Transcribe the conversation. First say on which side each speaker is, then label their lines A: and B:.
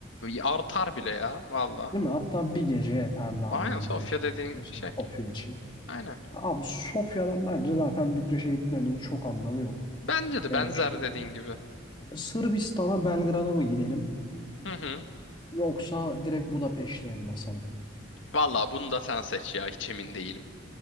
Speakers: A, on the left; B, on the left.
A: Artar bile ya valla.
B: Değil mi? Hatta bir gece yeterli abi
A: Aynen Sofya
B: Bükreş için.
A: dediğin
B: Her şey
A: şey.
B: Sofya için.
A: Aynen.
B: Abi Sofya'dan bence zaten Bükreş'e gitmemizin çok anlamı yok.
A: Bence de
B: Ee,
A: benzer
B: şey,
A: dediğin gibi.
B: Sırbistan'a Belgrad'a mı gidelim?
A: Hı hı.
B: Yoksa direkt Budapeşte'ye mi basalım?
A: Valla bunu da sen seç ya. Hiç emin değilim.